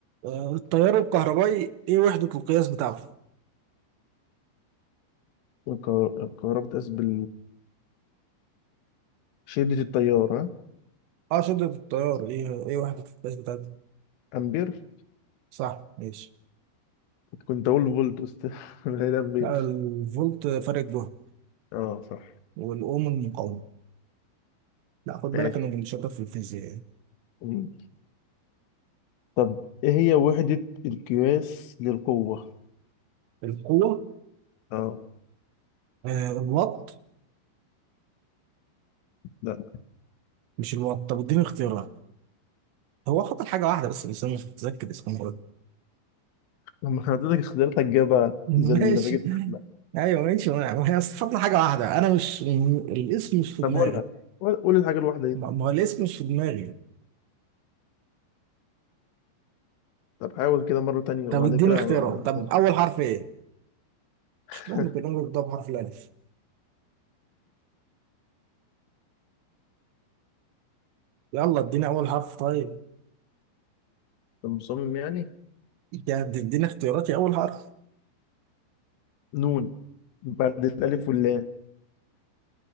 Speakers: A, on the right; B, on the left.
A: آه، التيار الكهربائي ايه وحده القياس بتاعته؟
B: قر- قربت أسبل شدة التيار ها؟
A: اه شده التيار ايه ايه وحده القياس بتاعته؟
B: أمبير
A: صح ماشي
B: كنت اقول فولت بس <laughs> هي الامبير
A: لا الفولت فرق جهد
B: اه صح
A: والاوم المقاومه لا خد بالك
B: ماشي
A: انا كنت شاطر في الفيزياء يعني
B: مم. طب ايه هي وحدة القياس للقوة
A: القوه
B: اه
A: آه الوات
B: لا
A: مش الوات طب اديني اختيارات هو خطر حاجه واحده بس بس انا مش متذكر اسمها
B: لما حضرتك اختيارات هتجيبها
A: ماشي
B: زي اللي ما جبت لا.
A: ايوه ماشي ما ما هي استفدنا حاجه واحده انا مش م- الاسم مش في
B: طب
A: دماغي
B: قولها قول قول الحاجة الواحدة دي
A: ما ما هو الاسم مش في دماغي
B: طب حاول كده مرة تانية
A: طب
B: وبعد
A: اديني
B: كده
A: اختيارات
B: هبقى-
A: طب اول حرف ايه
B: <laughs>
A: مش كده ممكن نقول بنبدا بحرف الالف يلا اديني اول حرف طيب
B: طب مصمم يعني
A: يا هت- اديني اختياراتي اول حرف
B: نون بعد الألف واللام